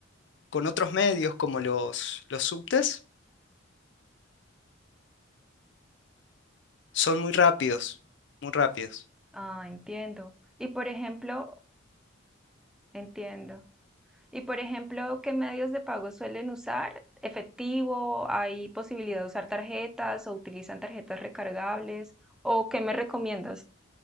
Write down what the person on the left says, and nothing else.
con otros medios como los, los subtes. Son muy rápidos, muy rápidos.